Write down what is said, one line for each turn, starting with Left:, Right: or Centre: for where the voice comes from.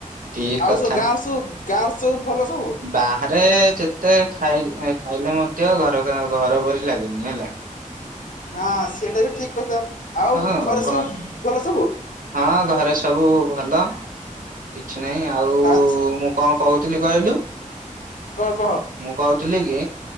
Right: ଠିକ
Left: ଆଉ
Right: କଥା।
Left: ସବୁ ଗାଁରେ ସବୁ ଗାଁରେ ସବୁ ଭଲ ସବୁ?
Right: ବାହାରେ ଯେତେ ଖାଇ ଖାଇଲେ ମଧ୍ୟ ଘର ଖାଇଆ ଘର ପରି ଲାଗେନି ହେଲା।
Left: ହଁ, ସେଇଟା ବି ଠିକ କଥା। ଆଉ
Right: ହଁ
Left: ଘରେ
Right: ଘ
Left: ସବୁ ଭଲ ସବୁ?
Right: ହଁ, ଘରେ ସବୁ ଭଲ। କିଛି ନାହିଁ ଆଉ
Left: ଆଛା
Right: ମୁଁ କଣ କହୁଥିଲି କହିଲୁ?
Left: କହ କହ।
Right: ମୁଁ କହୁଥିଲି କି